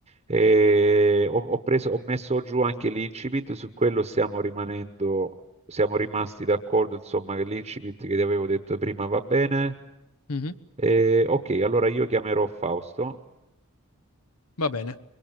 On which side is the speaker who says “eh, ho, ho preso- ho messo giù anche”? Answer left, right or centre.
Right